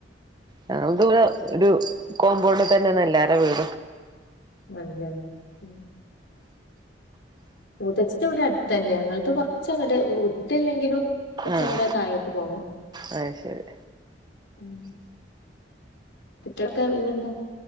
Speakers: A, on the right; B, on the left.
A: ഞങ്ങൾത് ള്ളെ ഒരു കോമ്പൗണ്ട് തന്നെ നല്ലാര വീട്
B: അഞ്ചൻ ഉം മുതച്ടെ ഇവിടെ അടുത്ത് തന്നെ യങ്ങൾത് കൊർച്ചങ്ങട്ട് ഉ ഉത്ത്ല്ലെങ്കിലും കൊർച്ചങ്ങട്ട്
A: ആഹ്
B: തായോട്ട് പോണം.
A: അത് ശരി
B: ഉം കുട്ട്യെളൊക്കെ പിന്നെന്താ